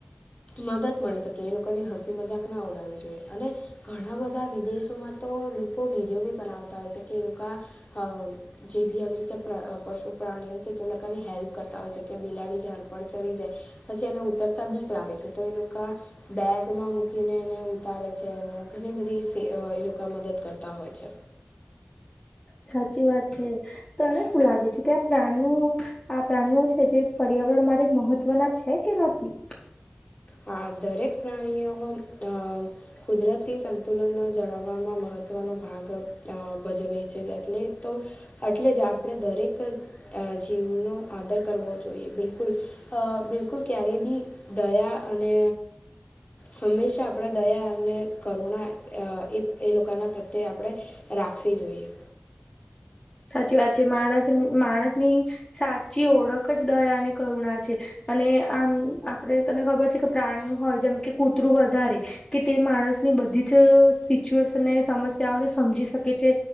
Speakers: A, on the left; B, on the left.
A: મદદ મળી શકે એ લોકોની હસી મજાક ના ઉડાવવી જોઈએ અને ઘણા બધા વિદેશ માં તો લોકો વિડીયો બી બનાવતા હોય છે કે એ લોકો અ જે બી આવી રીતે પ્ર અ પશુ પ્રાણીઓ છે તો લોકાની હેલ્પ કરતા હોય છે કે બિલાડી ઝાડ પર ચડી જાય પછી એને ઉતરતા બીક લાગે છે તો એ લોકા બેગમાં મૂકીને એને ઉતારે છે અને ઘણી બધી સે અ લોકા મદદ કરતાં હોય છે.
B: સાચી વાત છે, તને શું લાગે છે કે આ પ્રાણીઓ આ પ્રાણીઓ છે જે પર્યાવરણ માટે મહત્વનાં છે કે નથી?
A: હા દરેક પ્રાણીઓ અ કુદરતી સંતુલનને જળાવવામાં મહત્ત્વનો ભાગ અ ભજવે છે એટલે તો એટલે જ આપણે દરેક અ જીવનો આદર કરવો જોઈએ બિલકુલ. અ બિલકુલ ક્યારેય બી દયા અને હંમેશા આપણે દયા અને કરુણા અ એ એ લોકોના પ્રત્યે આપણે રાખવી જોઈએ.
B: સાચી વાત છે માણસ માણસની સાચી ઓળખ જ દયા અને કરુણા છે. અને આમ આપડે તને ખબર છે કે પ્રાણી હોય જેમ કે કૂતરું વધારે કે તે માણસની બધી જ સિચ્યુએશનને સમસ્યાઓને સમજી શકે છે